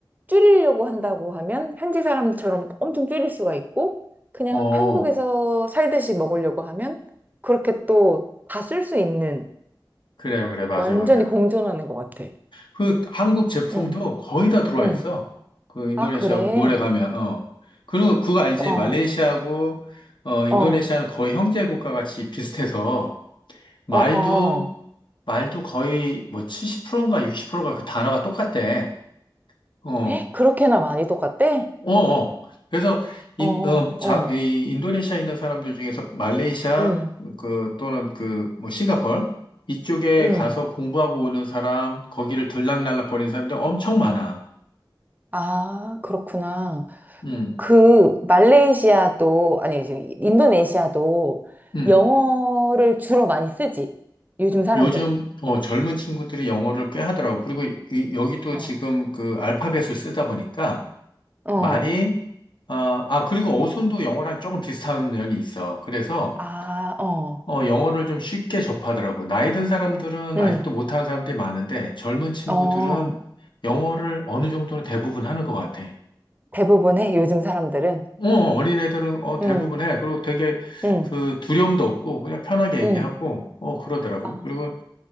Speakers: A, on the right; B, on the left.
A: 줄이려고 한다고 하면 현지 사람처럼 엄청 줄일 수가 있고 그냥
B: 어,
A: 한국에서 살듯이 먹으려고 하면 그렇게 또 다 쓸 수 있는
B: 그래요, 그래, 맞아,
A: 완전히
B: 맞아.
A: 공존하는 것 같아.
B: 그 한국 제품도
A: 응,
B: 거의 다 들어와
A: 응.
B: 있어. 그 인도네시아
A: 아, 그래.
B: 몰에 가면, 어. 그리고 그거 알지?
A: 어,
B: 말레이시아하고, 어, 인도네시아는
A: 어,
B: 거의 형제 국가 같이 비슷해서, 말도,
A: 어, 어.
B: 말도 거의 뭐 70%인가 60%가 그 단어가 똑같대. 어,
A: 에? 그렇게나 많이 똑같대?
B: 어, 어. 그래서 인,
A: 어, 어,
B: 어, 자,
A: 어.
B: 이 인도네시아에 있는 사람들 중에서 말레이시아
A: 응,
B: 그 또는 그 뭐 싱가폴 이쪽에
A: 응.
B: 가서 공부하고 오는 사람, 거기를 들락날락거리는 사람들 엄청 많아.
A: 아, 그렇구나.
B: 음.
A: 그 말레이시아도 아니 지금 인도네시아도
B: 음.
A: 영어를 주로 많이 쓰지. 요즘 사람들은.
B: 요즘 어, 젊은 친구들이 영어를 꽤 하더라고. 그리고 이- 이- 여기도
A: 어.
B: 지금 그 알파벳을 쓰다 보니까
A: 어.
B: 말이 아, 아, 그리고 어순도 영어랑 조금 비슷한 면이 있어. 그래서
A: 아, 어.
B: 어, 영어를 좀 쉽게 접하더라고요. 나이 든 사람들은
A: 응.
B: 아직도 못하는 사람들이 많은데 젊은 친구들은
A: 어.
B: 영어를 어느 정도는 대부분 하는 것 같아.
A: 대부분의 요즘 사람들은
B: 어, 어린애들은 어, 대부분
A: 응.
B: 해. 그리고 되게
A: 응.
B: 그 두려움도 없고 그냥 편하게 얘기하고
A: 응.
B: 어, 그러더라고.
A: 아,
B: 그리고